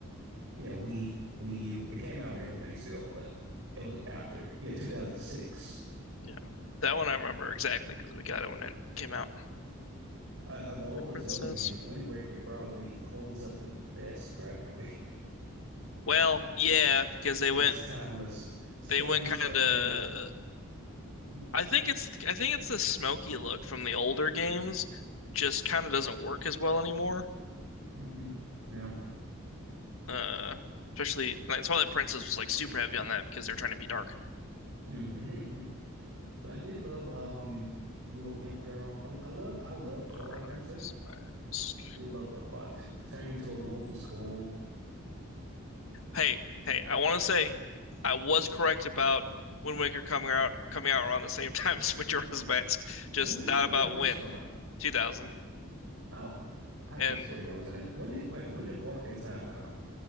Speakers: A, on the right; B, on the left.
A: Yeah, Wii, Wii U, It came out and everything still, but it was after. Yeah, 2006.
B: Yeah. That one I remember exactly because we got it when it came out.
A: I, of all
B: The
A: the
B: Princess.
A: Zelda games, Wind Waker probably holds up the best graphically
B: Well, yeah, because
A: <laughs>
B: they
A: because
B: went
A: it's timeless. It's timeless
B: they went kind
A: cartooning.
B: of
A: Mm,
B: I think it's I think it's the smoky look from the older games just kind of doesn't work as well anymore.
A: Mm-mm. No.
B: Uh especially like Twilight Princess was like super heavy on that because they're trying to be dark.
A: Mm-mm. <laughs> But I did love um the little imp girl. I, I loved I loved Twilight
B: Rise
A: Princess.
B: Mask.
A: I did love that a lot. Turning into a wolf was cool.
B: Hey, hey, I want to say I was correct about Wind Waker coming out coming out around the same <laughs> time as Majora's Mask, just
A: When did
B: not
A: Majora's
B: about
A: Mask
B: when.
A: come out?
B: 2000.
A: Oh, I can
B: And
A: swear there was an when did wait when did Orc of the Time come out?